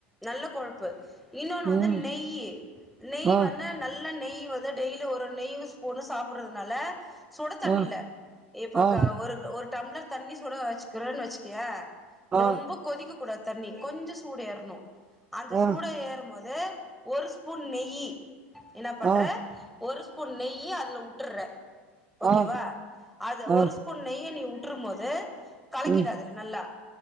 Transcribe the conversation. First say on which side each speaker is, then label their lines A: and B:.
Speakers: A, in the centre; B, on the right.
A: நல்ல கொழுப்பு இன்னொன்னு வந்து
B: ம்
A: நெய்யீ நெய்
B: ஆ
A: வன்னன் நல்ல நெய் வந்து டெய்லி ஒரு நெய் ஸ்பூன் சாப்ட்றதுனால சுட தண்ணில
B: ஆ
A: இப்ப
B: ஆ
A: க ஒரு ஒரு டம்ளர் தண்ணி சுட வச்சிக்கிறன் வச்சிக்கிய
B: ஆ
A: ரொம்ப கொதிக்க கூடாத் தண்ணி கொஞ்ச சூடேறணு அந்த
B: ஆ
A: சூட ஏறு போது ஒரு ஸ்பூன் நெய்யீ இன்னா பண்ற
B: ஆ
A: ஒரு ஸ்பூன் நெய்யீ அதுல உட்டுற்ற ஓகேவா
B: ஆ
A: அத
B: ஆ
A: ஒரு ஸ்பூன் நெய்ய நீ உட்ரு போது கலக்கிடு
B: ம்
A: அதுல நல்லா